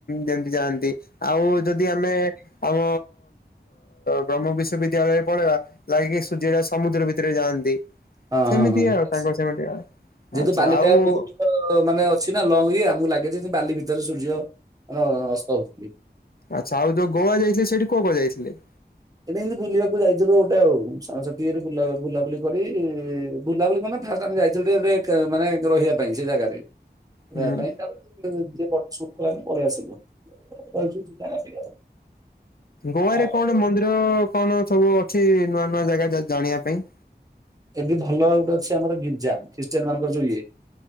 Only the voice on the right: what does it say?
ହଁ
ହଁ ହଁ
ବାସ
ଯେହେତୁ
ବାଲିଟା
ବହୁତ ମାନେ ଅଛି ନା ଲଙ୍ଗ ଏଇଆ ଆମକୁ ଲାଗେ ଯେ ବାଲି ଭିତରେ ସୂର୍ଯ୍ୟ ମାନେ ଅସ୍ତ ହଉଛନ୍ତି
ଏନେ ଏମିତି ବୁଲିବାକୁ ଯାଇଥିଲୁ ଗୋଟେ ଆଉ ସାଙ୍ଗସାଥି ଇରେ ବୁଲାଆ ବୁଲାବୁଲି କରି ବୁଲାବୁଲି କଁନା ଫାଷ୍ଟେ ଆମେ ଯାଇ ଗୋଟେ ଗୋଟେ ମାନେ ରହିବା ପାଇଁ ସେ ଜାଗାରେ
ରଇବାପାଇଁ ତାପରେ <inaudible> ଜିଏ ସୁଟ କଲାନି ପଳେଇ ଆସିଲୁ ରହିଛୁ ସେ ଜାଗା ଟିକେ ଆଉ।
ଆଉ
ଏବେ ଭଲ ଗୋଟେ ଅଛି ଆମର ଗିରର୍ଜା ଖ୍ରୀଷ୍ଟିୟନ ମାନଙ୍କର ଯୋଉ ଇଏ